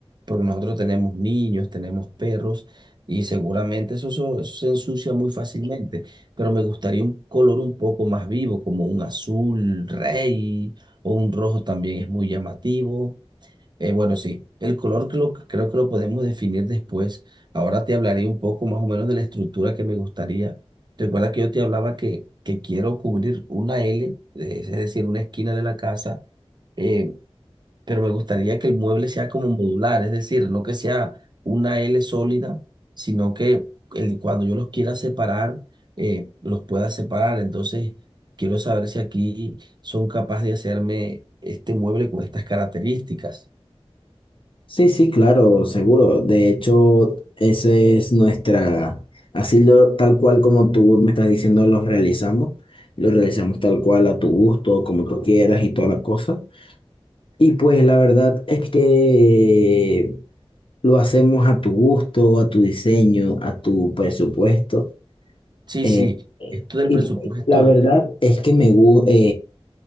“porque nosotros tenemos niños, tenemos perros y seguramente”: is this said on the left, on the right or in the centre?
Right